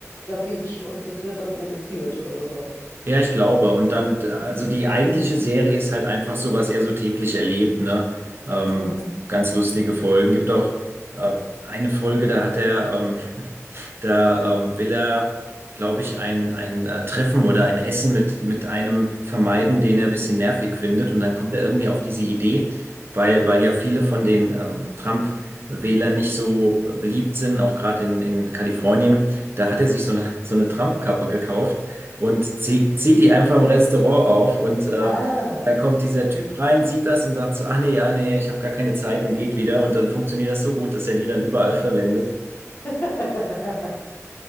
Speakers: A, on the left; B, on the right.
A: der Pitch, und das wird dann produziert oder so.
B: Ja, ich glaube. Und dann, also
A: Mhm.
B: die eigentliche Serie ist halt einfach so, was er so täglich erlebt, ne? Ähm,
A: Mhm.
B: ganz lustige Folgen. Gibt auch äh, eine Folge, da hat er, ähm, <laughs> da ähm, will er, glaube ich, ein, ein äh, Treffen oder ein Essen mit, mit einem vermeiden, den er ein bisschen nervig findet. Und dann kommt er irgendwie auf diese Idee, weil, weil ja viele von den ähm, Trump-Wählern nicht so beliebt sind, auch gerade in, in Kalifornien. Da hat er sich so eine, so eine Trump-Kappe gekauft und zieht, zieht die einfach im Restaurant auf und äh,
A: Ah,
B: dann kommt dieser Typ rein, sieht das und sagt so, ah nee, ja, nee, ich habe gar keine Zeit und geht wieder und dann funktioniert das so gut, dass er die dann überall verwendet.
A: <laughs>